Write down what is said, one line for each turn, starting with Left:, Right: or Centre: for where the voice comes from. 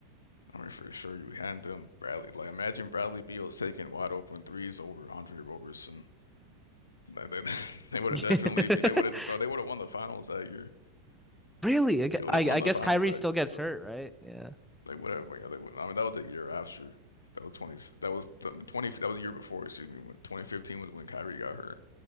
Left: I mean, for sure you hand him Bradley. Like imagine Bradley Beal taking wide open threes over Andre Roberson. Like, they <laughs> they would
Centre: <laughs>
Left: have definitely be they would have bro they would have won the finals that year.
Centre: Really? I, gu-
Left: They would
Centre: I
Left: have won
Centre: I
Left: the
Centre: guess
Left: finals
Centre: Kyrie
Left: that
Centre: still
Left: year,
Centre: gets
Left: bro.
Centre: hurt, right? Yeah.
Left: Like whatever, yeah, they wouldn't. I mean, that was a year after. That was 20. That was um, 20. That was a year before. Excuse me. When 2015 was when Kyrie got hurt.